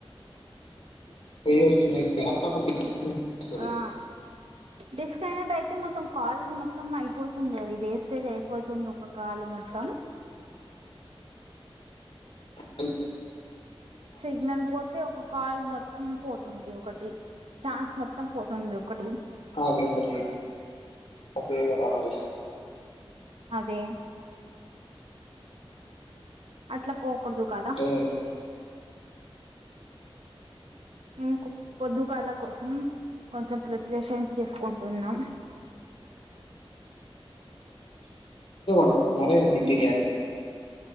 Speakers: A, on the left; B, on the right.
A: వస్తున్నాయి <unintelligible> వస్తది.
B: ఆ డిస్కనెక్ట్ అయితే మొత్తం కాల్ మొత్తం అయిపోతుంది అది వేస్ట్ స్టే అయిపోతుంది ఒక కాలు మొత్తం
A: అ
B: సిగ్నల్ పోతే ఒక కాల్ మొత్తం పోతుంది ఒకటి ఛాన్స్ మొత్తం పోతుంది ఒకటి
A: బే మరి బ గడా మరి <unintelligible>
B: అదే అట్లా పోకూడదు కదా
A: అంటే
B: ఇ ప <unintelligible> అప్పల కోసం కొంచెం ప్రిపరేషన్ చేసుకుంటున్నాం
A: న్నారా ఇ ప్రయాణి <unintelligible>